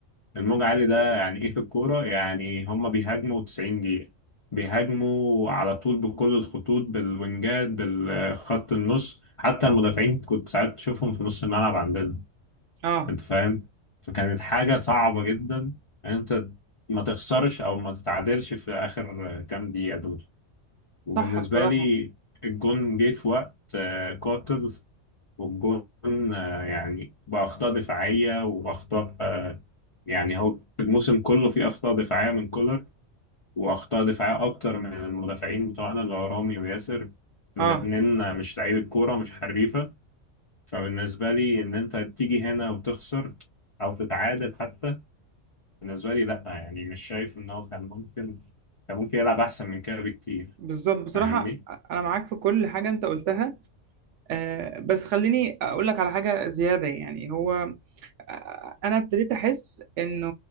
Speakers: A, on the left; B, on the right.
A: الموج عالي ده يعني ايه في الكورة يعني هما بيهاجموا 90 دقيقة بيهاجموا على طول بكل الخطوط بالوينجات بالخط النص حتى المدافعين كنت ساعات تشوفهم في نص الملعب عندنا
B: اه
A: انت فاهم فكانت حاجة صعبة جدا ان انت ما تخسرش او ما تتعادلش في اخر كام دقيقة دول وبالنسبة
B: صح بصراحه
A: لي الجون جه في وقت آه، قاتل والجون آه، يعني بأخطاء دفاعية وأخطاء آه، يعني هو الموسم كله فيه أخطاء دفاعية من كولر وأخطاء دفاعية أكتر من المدافعين بتوعنا اللي هو رامي وياسر الاتنين
B: اه
A: آه، مش لعيبة كورة مش حريفة فبالنسبة لي إن أنت تيجي هنا وتخسر أو تتعادل حتى بالنسبة لي لأ يعني مش شايف إن هو كان ممكن كان ممكن يلعب أحسن من كده بكتير
B: بالظبط بصراحه
A: فاهمني؟
B: انا معاك في كل حاجه انت قلتها آه، بس خليني اقول لك على حاجه زياده يعني هو آه، انا ابتديت احس انه